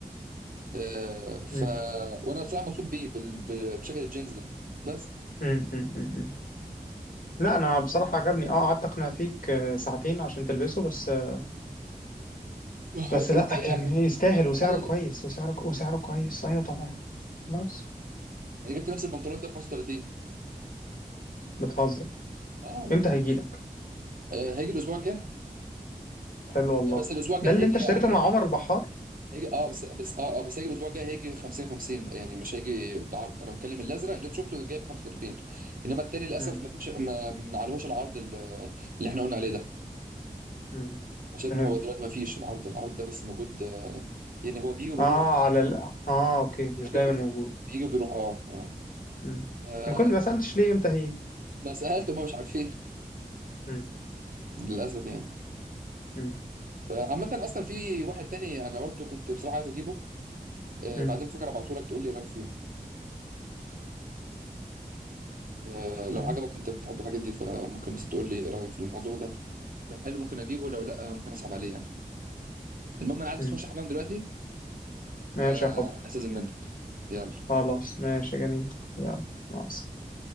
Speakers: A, on the right; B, on the left.
A: آه ف
B: مم.
A: وانا بصراحه مبسوط بيه بال... ب- بشكل الجينز ده بس
B: مم. مم. مم. لا انا بصراحه عجبني اه قعدت اقنع فيك آه، ساعتين عشان تلبسه بس آه،
A: ده حقيقة
B: بس لا
A: ده
B: كان يستاهل وسعره
A: حقيقة
B: كويس وسعره وسعره كويس ايوه طبعا خلاص
A: انا جبت نفس البنطلون ده ب 35
B: بتهزر
A: اه
B: امتى
A: من
B: هيجيلك
A: آه هيجي الاسبوع الجاي
B: حلو والله
A: بس الاسبوع الجاي
B: ده اللي
A: هيجي
B: انت
A: يا
B: اشتريته
A: احمد
B: مع عمر البحار
A: هيجي اه بس بس اه اه بس هيجي الاسبوع الجاي هيجي 50 50 يعني مش هيجي بعرض انا بتكلم الازرق اللي انت شفته جاي ب 35 انما التاني للاسف
B: مم.
A: ما فيش ما, ما عليهوش العرض ال- اللي احنا قلنا عليه ده
B: مم.
A: عشان
B: فهمت
A: هو دلوقتي ما فيش العرض العرض ده بس موجود آه يعني هو بيجي وبيروح
B: اه على ال... اه اوكي مش
A: انت فاكر
B: دايما
A: بي-
B: موجود
A: بيجي وبيروح اه اه
B: مم.
A: آه،
B: ما كنت ما سالتش ليه امتى هيجي
A: ما سالت هم مش عارفين
B: مم.
A: <laughs> للاسف يعني
B: مم.
A: فعامة اصلا في واحد تاني انا برضه كنت بصراحه عايز اجيبه آه،
B: مم.
A: بعدين فكرة ابعته لك تقول لي ايه رايك فيه آه، لو
B: مم.
A: عجبك انت بتحب الحاجات دي فممكن بس تقول لي ايه رايك في الموضوع ده لو حلو ممكن اجيبه لو لا ممكن اسحب عليه يعني المهم انا عايز
B: مم.
A: بس اخش الحمام دلوقتي
B: ماشي
A: فهستاذن
B: يا حب
A: منك يلا
B: خلاص ماشي جميل يلا مع السلامه